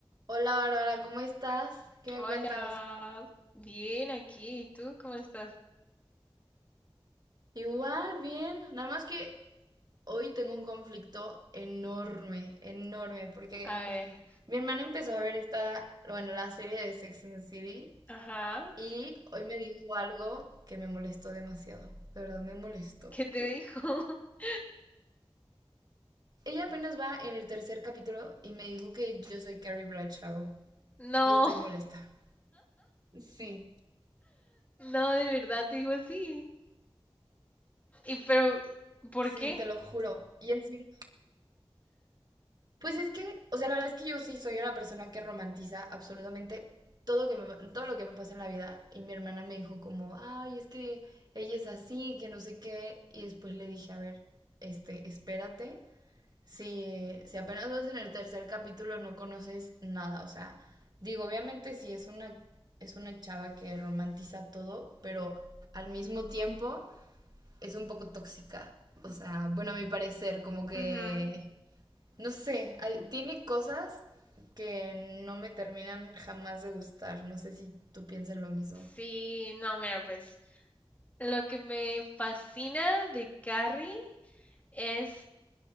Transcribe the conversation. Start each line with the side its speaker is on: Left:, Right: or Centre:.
Right: Hola Bárbara, ¿cómo estás? ¿Qué
Left: Hola,
Right: me cuentas?
Left: bien aquí. ¿Y tú cómo estás?
Right: Igual, bien, nada más que hoy tengo un conflicto enorme, enorme, porque
Left: A ver,
Right: mi hermana empezó a ver esta, bueno, la serie de Sex and the City
Left: ajá,
Right: y hoy me dijo algo que me molestó demasiado, de verdad me molestó.
Left: ¿qué te dijo? <laughs>
Right: Ella apenas va en el tercer capítulo y me dijo que yo soy Carrie Bradshaw
Left: No,
Right: y estoy molesta. Sí,
Left: no, de verdad te dijo así. ¿Y pero por
Right: sí,
Left: qué?
Right: te lo juro. Y encima... Pues es que, o sea, la verdad es que yo sí soy una persona que romantiza absolutamente todo, que me- todo lo que me pasa en la vida. Y mi hermana me dijo como, ay, es que ella es así, que no sé qué. Y después le dije, a ver, este, espérate. Si, si apenas vas en el tercer capítulo no conoces nada. O sea, digo, obviamente sí es una, es una chava que romantiza todo, pero al mismo tiempo es un poco tóxica. O sea, bueno, a mi parecer, como que...
Left: Ujú.
Right: No sé, hay- tiene cosas que no me terminan jamás de gustar. No sé si tú piensas lo mismo.
Left: Sí, no, mira, pues lo que me fascina de Carrie es,